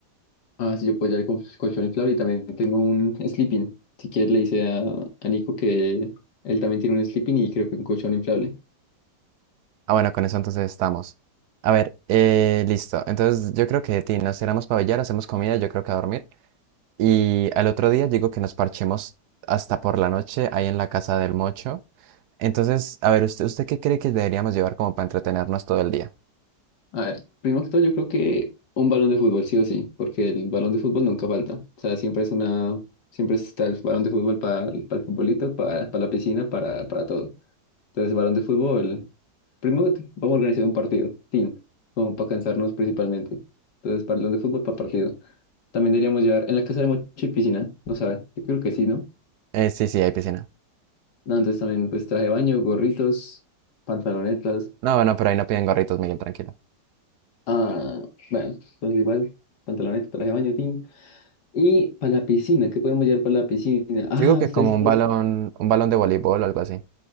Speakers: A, on the left; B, on the right.
A: ah, sí, yo puedo llevar el col- colchón inflable y también tengo un sleeping. Si quieres, le dice a, a Nico que él también tiene un sleeping y creo que un colchón inflable.
B: Ah, bueno, con eso entonces estamos. A ver, eh, listo. Entonces yo creo que de ti nos tiramos para billar, hacemos comida, yo creo que a dormir. Y al otro día digo que nos parchemos hasta por la noche ahí en la casa del mocho. Entonces, a ver, ¿usted, usted qué cree que deberíamos llevar como para entretenernos todo el día?
A: A ver, primero que todo, yo creo que un balón de fútbol, sí o sí, porque el balón de fútbol nunca falta. O sea, siempre es una, siempre está el balón de fútbol para el futbolito, para la piscina, para, para todo. Entonces, balón de fútbol, primero te- vamos a organizar un partido, team, como para cansarnos principalmente. Entonces, balón de fútbol para partido. También deberíamos llevar en la casa de Mochi piscina, no sabe, yo creo que sí, ¿no?
B: Eh, sí, sí, hay piscina.
A: No, entonces también pues traje de baño, gorritos, pantalonetas.
B: No, bueno, pero ahí no piden gorritos, Miguel, tranquilo.
A: Ah, bueno, entonces igual, pantaloneta, traje de baño, team. Y para la piscina, ¿qué podemos llevar para la piscina? Ah,
B: Digo que
A: ustedes,
B: como un
A: pues,
B: balón, un balón de voleibol o algo así.